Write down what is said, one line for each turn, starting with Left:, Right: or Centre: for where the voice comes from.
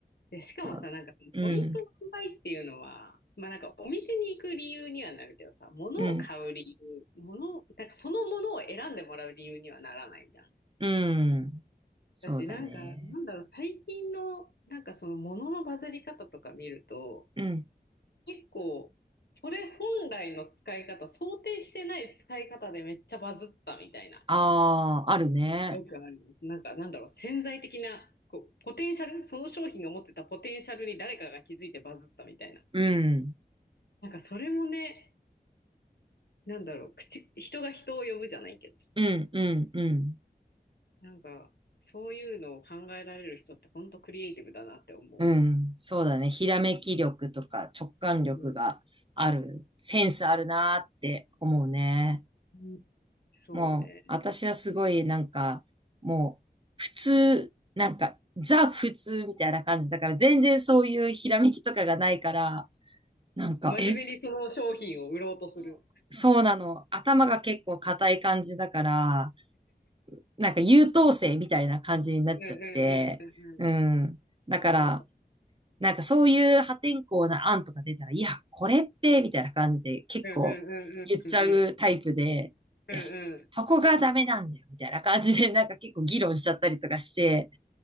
Left: で、しかもさ、
Right: そう。
Left: なんか、
Right: うん。
Left: ポイントの販売っていうのは、まあなんか、お店に行く理由にはなるけどさ、物を買う理由、
Right: うん。
Left: 物なんからそのものを選んでもらう理由にはならないじゃん。
Right: うん。そうだね。
Left: だし、なんか、なんだろう、最近の、なんかその物のバズり方とか見ると、
Right: うん。
Left: 結構、それ本来の使い方、想定してない使い方でめっちゃバズったみたいな。
Right: ああ、あるね。
Left: よくあるんです。なんか、なんだろう、潜在的な、こう、ポテンシャル、その商品が持ってたポテンシャルに誰かが気づいてバズったみたいな。
Right: うん。
Left: なんか、それもね、なんだろう、口、人が人を呼ぶじゃないけど、
Right: うん、うん、うん。
Left: なんか、そういうのを考えられる人って本当クリエイティブだなって思
Right: うん。そうだね。ひらめき力とか直感力がある。
Left: う。うん。
Right: センスあるなーって思うね。
Left: うんそうね。
Right: もう、私はすごいなんか、もう、普通、なんか、ザ普通みたいな感じだから、全然そういうひらめきとかがないから、なんか、
Left: 真面目にその商品を売ろうとする。
Right: え、そうなの。頭が結構硬い感じだから、なんか優等生みたいな感じになっちゃって、
Left: うんうんうんうんうん。
Right: うん。だから、
Left: いや、わか
Right: なんかそういう破天荒な案とか出たら、いや、これって、みたいな感じで結構言っちゃうタイプで、
Left: うんうんうんうんうん。うんうん。
Right: いや、そそこがダメなんだよ、みたいな感じで、<laughs> なんか結構議論しちゃったりとかして、